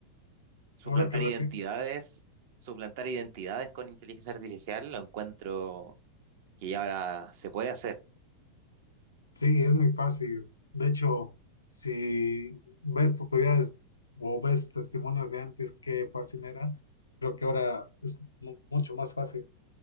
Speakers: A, on the right (about 50°); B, on the left (about 75°).
A: Suplantar
B: Ahora que recién,
A: identidades, suplantar identidades con inteligencia artificial, lo encuentro que ya ahora se puede hacer.
B: sí, es muy fácil. De hecho, si ves tutoriales o ves testimonios de antes, qué fácil era, creo que ahora es mu- mucho más fácil.